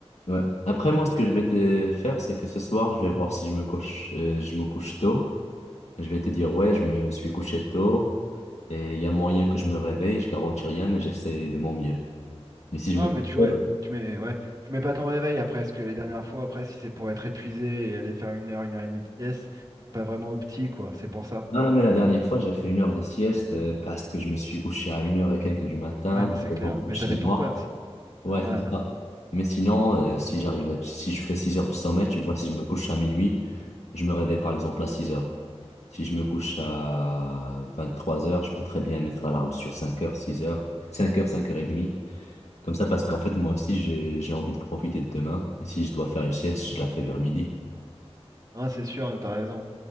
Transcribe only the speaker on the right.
Non,
mais tu
ouais, tu mets, ouais, tu mets pas ton réveil après, parce que les dernières fois, après, si c'est pour être épuisé et aller faire une heure, une heure et demie de sieste, c'est pas vraiment opti, quoi. C'est pour ça.
Ouais, mais
c'est clair.
Mais
t'avais
ton pote. C'est
normal.
Non, c'est sûr, t'as raison.